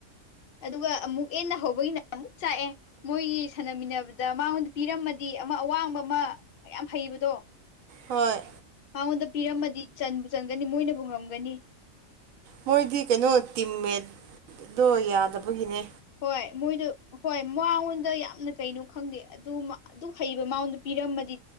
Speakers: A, on the left (about 60°); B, on the right (about 75°).
A: ꯑꯗꯨꯒ ꯑꯃꯨꯛ ꯍꯦꯟꯅ ꯍꯧꯕꯒꯤꯅ ꯆꯥꯛꯑꯦ ꯃꯣꯏꯒꯤ ꯁꯥꯟꯅꯃꯤꯟꯅꯕꯗ ꯃꯉꯣꯟꯗ ꯄꯤꯔꯝꯃꯗꯤ ꯑꯃ ꯑꯋꯥꯡꯕ ꯑꯃ ꯌꯥꯝ ꯍꯩꯕꯗꯣ
B: ꯍꯣꯏ
A: ꯃꯉꯣꯟꯗ ꯄꯤꯔꯝꯃꯗꯤ ꯆꯟꯕꯨ ꯆꯟꯒꯅꯤ ꯃꯣꯏꯅꯕꯨ ꯉꯝꯒꯅꯤ
B: ꯃꯣꯏꯗꯤ ꯀꯩꯅꯣ ꯇꯤꯝꯃꯦꯠꯇꯣ ꯌꯥꯗꯕꯒꯤꯅꯦ
A: ꯍꯣꯏ ꯃꯣꯏꯗꯣ ꯍꯣꯏ ꯃꯉꯣꯟꯗ ꯌꯥꯝꯅ ꯀꯩꯅꯣ ꯈꯪꯗꯦ ꯑꯗꯨ ꯑꯗꯨ ꯍꯩꯕ ꯃꯥꯣꯟꯗ ꯄꯤꯔꯝꯃꯗꯤ